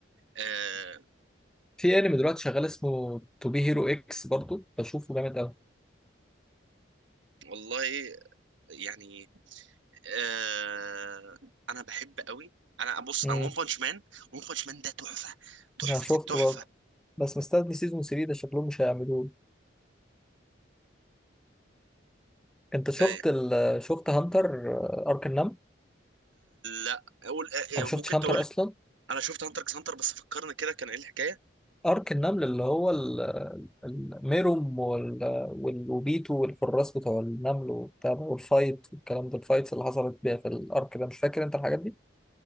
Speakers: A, on the right; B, in the centre.
A: آه
B: في انمي دلوقتي شغال اسمه تو بي هيرو اكس برضه بشوفه جامد أوي
A: والله يعني آه انا بحب قوي انا بص
B: امم
A: انا ون بانش مان ون بانش مان ده تحفه تحفه
B: انا شفته
A: التحفه
B: برضه بس مستني سيزون 3 ده شكلهم مش هيعملوه انت شفت
A: ايه
B: ال... شفت هانتر آه، ارك النمل
A: لا اقول آه،
B: انت ما شفتش
A: آه، ممكن
B: هانتر
A: تقول
B: اصلا
A: انا شفت هانتر اكس هانتر بس فكرني كده كان ايه الحكايه
B: ارك النمل اللي هو ال- ال- الميروم وال- وال- وبيتو والحراس بتوع النمل وبتاع ده والفايت والكلام ده الفايتس اللي حصلت بيها في الارك ده مش فاكر انت الحاجات دي